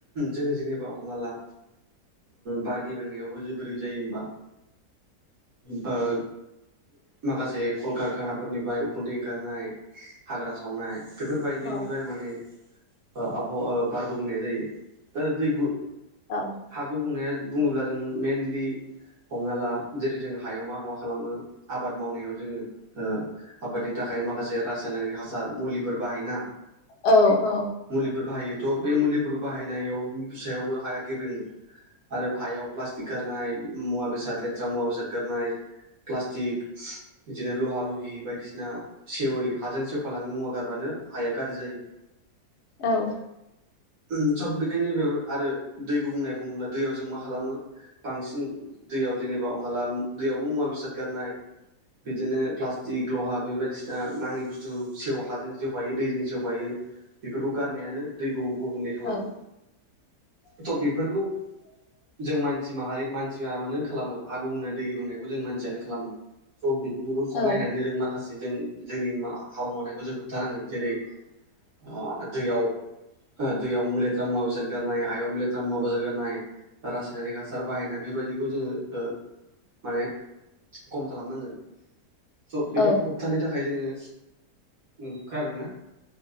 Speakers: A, on the right; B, on the left.
A: जोङो जेनेबा हमना ला। बार गेब्रेंनायावबो जे बोरै जायो होमबा। बार माखासे कलकारखानाफोरनिफ्राय उखुन्दै ओंखारनाय हाग्रा सावनाय। बेफोरबायदिनिफ्राय
B: औ
A: माने आबहावा बार गुबुंनाय जायो दा दै।
B: औ
A: हा गुबुंनाया बुङोब्ला जों मेनलि हमना ला जेरै जोंङो हायाव मा मा खालामो आबाद मावनायाव जोङो ओ आबादनि थाखाय माखासे रासायनारि हास सार मुलिफोर बाहायोना
B: औ औ
A: मुलिफोर बाहायो। थ' बे मुलिफोरखौ बाहायनायाव फिसायावबो हाया गेब्रेङो। आरो हायाव प्लास्टिक गारनाय मुवा बेसाद लेथ्रा मुवा बेसाद गारनाय प्लास्टिक इदिनो लहा लहि बायदिसिना सेवै हाजों सेवफालाङि मुवा गारबानो हाया गारजि जायो।
B: औ।
A: उम सब बेखायनो बेबो आरो दै गुबुंनाय बुङोब्ला दैयाव जों मा खालामो बांसिन दैयाव जेनेबा हमना ला दैयावबो मुवा बेसाद गारनाय बिदिनो प्लास्टिक लहा बे बायदिसिना नाङै बुस्थु सेव हाजों सेवफायो दैजों सेवफायो बेफोरखौ गारनायानो दैखौ गुबुंले खालामो
B: औ
A: थ' बेफोरखौ जों मानसि माहारि मानसिया मानो खालामो? हा गुबुंनाय दै बुंनायखौ जों मानसियानो खालामो। स' बेखौ <unintelligible>
B: औ
A: नायनानै जों माखासे जों जोंनि हाबा मावनायखौ जों होबथानांगोन। जेरै हा दैयाव ओ दैयाव मु लेथ्रा मुवा बेसाद गारनाय हायाव लेथ्रा मुवा बेसाद गारनाय बा रासायनिक हासार बाहायनाय बेफोरबायदिखौ जोङो ओ माने खम खालामनांगोन। स' बेफोरखौ
B: औ
A: होबथानो थाखाय जोङो उम। खोनादोंना?